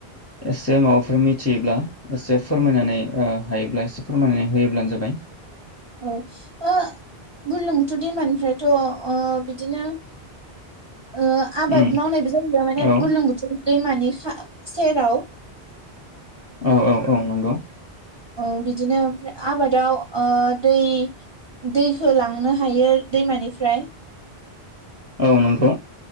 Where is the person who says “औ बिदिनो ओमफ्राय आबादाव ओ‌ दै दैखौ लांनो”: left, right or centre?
Right